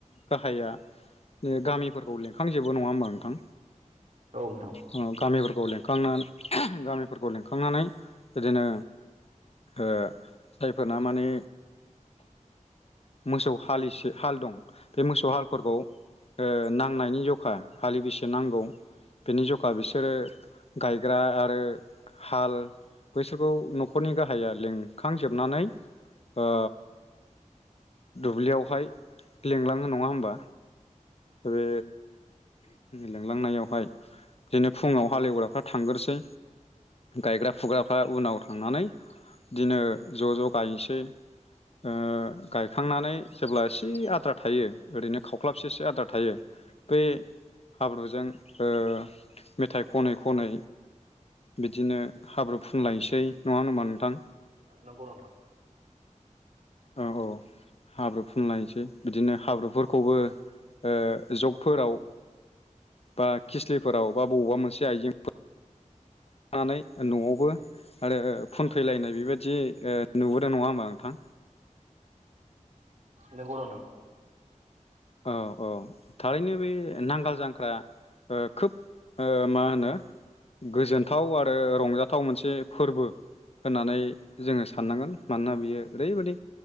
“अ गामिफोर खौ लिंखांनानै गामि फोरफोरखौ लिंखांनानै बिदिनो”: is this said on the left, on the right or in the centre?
Left